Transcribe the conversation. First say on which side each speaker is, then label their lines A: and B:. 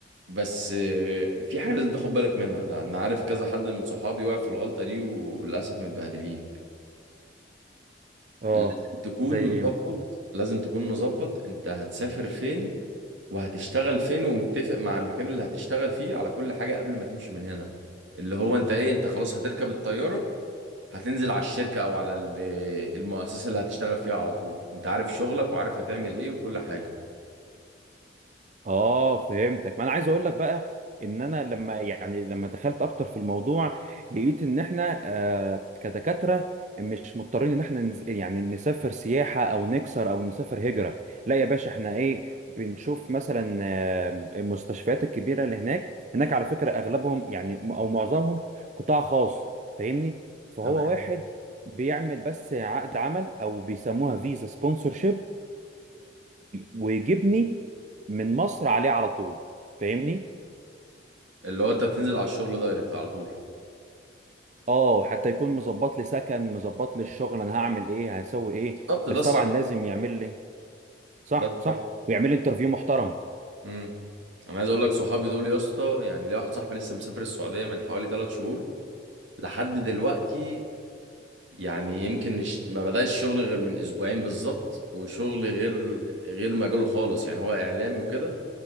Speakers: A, on the right (about 85°); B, on the right (about 40°).
A: بس آه، في حاجة لازم تاخد بالك منها لأن عارف كذا حد من صحابي وقع في الغلطة دي وللأسف متبهدلين
B: اه
A: لازم تكون
B: زي ايه
A: مظبط
B: مثلا
A: لازم تكون مظبط انت هتسافر فين وهتشتغل فين ومتفق مع المكان اللي هتشتغل فيه على كل حاجة قبل ما تمشي من هنا اللي هو انت ايه انت خلاص هتركب الطيارة هتنزل على الشركة او على ال- المؤسسة اللي هتشتغل فيها على طول انت عارف شغلك وعارف هتعمل ايه وكل حاجة
B: اه فهمتك ما انا عايز اقول لك بقى ان انا لما يعني لما دخلت اكتر في الموضوع لقيت ان احنا آه كدكاتره مش مضطرين ان احنا نز... يعني نسافر سياحه او نكسر او نسافر هجره لا يا باشا احنا ايه بنشوف مثلا آه، المستشفيات الكبيره اللي هناك هناك على فكره اغلبهم يعني او معظمهم قطاع خاص فاهمني فهو
A: تمام
B: واحد بيعمل بس عقد عمل او بيسموها فيزا سبونسورشيب ويجيبني من مصر عليه على طول فاهمني
A: اللي هو انت بتنزل على الشغل دايركت على طول
B: اه حتى يكون مظبط لي سكن مظبط لي الشغل انا هعمل ايه هسوي ايه
A: بالظبط
B: بس
A: ده الصح
B: طبعا لازم يعمل لي صح
A: ده الصح
B: صح ويعمل لي انترفيو محترم
A: امم انا عايز اقول لك صحابي دول يا اسطى يعني ليا واحد صاحبي لسه مسافر السعوديه من حوالي ثلاث شهور لحد دلوقتي يعني يمكن الش- ما بدأش الشغل غير من اسبوعين بالظبط وشغل غير غير مجاله خالص يعني هو اعلامي وكده